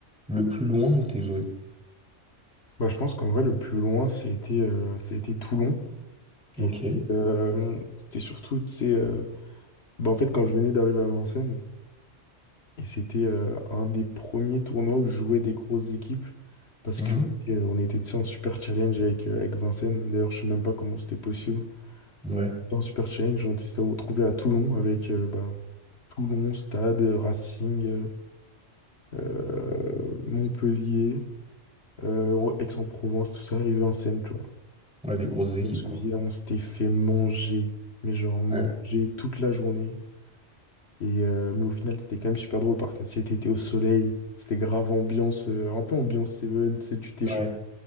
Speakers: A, in the centre; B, on the left.
A: le plus loin où t'es joué?
B: Bah, je pense qu'en vrai, le plus loin, c'était euh, ça a été Toulon. Et
A: Ok.
B: euh, c'était surtout, tu sais, euh, bah, en fait, quand je venais d'arriver à Vincennes, Et c'était euh, un des premiers tournois où jouaient des grosses équipes parce
A: Mhm.
B: que euh, on était, tu sais, en super challenge avec, euh, avec Vincennes. D'ailleurs, je sais même pas comment c'était possible.
A: Ouais.
B: En super challenge, on s'est retrouvé à Toulon avec euh, bah, Toulon, Stade, Racing, euh, Montpellier, euh, Aix-en-Provence, tout ça, et Vincennes, tu vois.
A: Ouais, des grosses équipes,
B: Je me souviens,
A: quoi.
B: on s'était fait manger, mais genre manger
A: Ouais.
B: toute la journée. Et, euh, mais au final, c'était quand même super drôle parce que c'était été au soleil, c'était grave ambiance, euh, un peu ambiance Seven, tu sais, tu t'échauffes
A: Ouais,